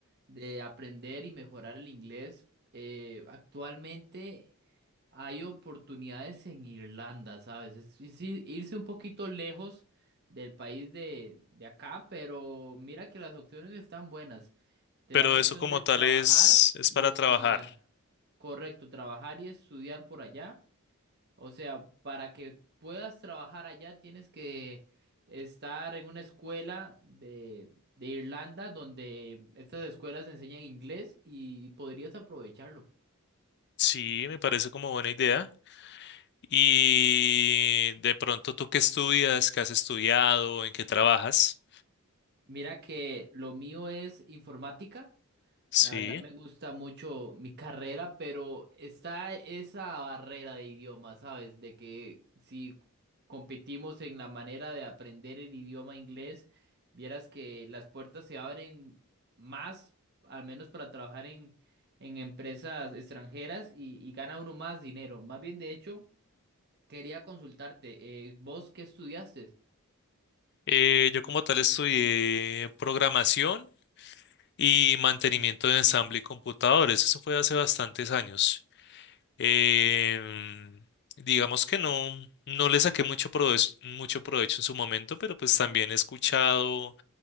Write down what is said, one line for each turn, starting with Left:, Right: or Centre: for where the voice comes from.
Right: de aprender y mejorar el inglés. Eh, actualmente hay oportunidades en Irlanda, ¿sabes? Es, es i- irse un poquito lejos del país de, de acá, pero mira que las opciones están buenas. Te
Left: Pero
Right: dan la opción
Left: eso como
Right: de trabajar
Left: tal es, es
Right: y
Left: para
Right: estudiar.
Left: trabajar.
Right: Correcto, trabajar y estudiar por allá. O sea, para que puedas trabajar allá tienes que estar en una escuela de, de Irlanda donde estas escuelas enseñan inglés y podrías aprovecharlo.
Left: Sí, me parece como buena idea. Y de pronto, ¿tú qué estudias? ¿Qué has estudiado? ¿En qué trabajas?
Right: Mira que lo mío es informática.
Left: Sí.
Right: La verdad me gusta mucho mi carrera, pero está esa barrera de idioma, ¿sabes? De que si competimos en la manera de aprender el idioma inglés, vieras que las puertas se abren más, al menos para trabajar en, en empresas extranjeras y, y gana uno más dinero. Más bien, de hecho, quería consultarte, eh, ¿vos qué estudiaste?
Left: Eh, yo como tal estudié programación y mantenimiento de ensamble y computadores. Eso fue hace bastantes años. Em, digamos que no, no le saqué mucho provecho, mucho provecho en su momento, pero pues también he escuchado